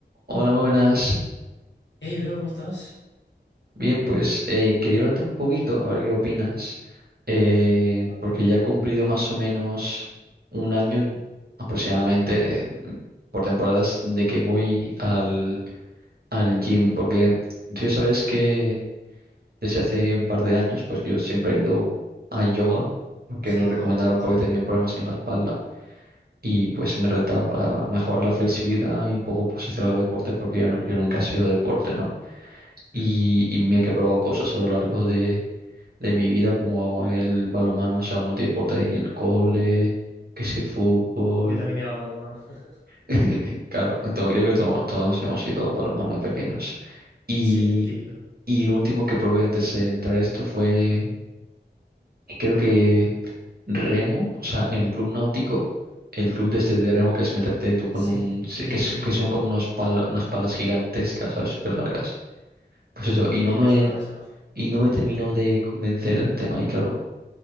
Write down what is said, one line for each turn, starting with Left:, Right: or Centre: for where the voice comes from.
Right: Hola, muy buenas.
Left: Hey, bro, ¿cómo estás?
Right: Bien, pues eh, quería hablarte un poquito, a ver qué opinas, eh,
Left: A
Right: porque ya he cumplido más o menos un año aproximadamente eh, por temporadas de que voy al,
Left: Mm,
Right: al gym, porque tú ya sabes que desde hace un par de años, pues yo siempre he ido a yoga, porque
Left: Sí,
Right: me lo recomendaron
Left: yo, sí.
Right: porque tenía problemas en la espalda y pues me rentaba para mejorar la flexibilidad y un poco pues hacer algo de deporte, porque yo, yo nunca he sido de deporte, ¿no? y,
Left: Mm,
Right: y mira que he probado cosas a lo largo de, de mi vida, como el balonmano, o sea, multideporte ahí en el cole, que si fútbol,
Left: Yo también llevaba manos. <laughs>
Right: <laughs> claro, todo- yo creo que to- todos hemos ido a balonmano de pequeños. Y,
Left: Sí, el típico.
Right: y lo último que probé antes de entrar a esto fue, creo que remo, o sea, en el club náutico, el club de este de remo que es meterte tú con
Left: Sí,
Right: un,
Left: sí,
Right: que,
Left: sí,
Right: es-
Left: sí.
Right: que son como unos pala- unas palas gigantescas, ¿sabes? Súper largas Pues eso, y no
Left: Sí,
Right: me,
Left: me suena, me suena.
Right: y no me terminó de convencer el tema, y claro.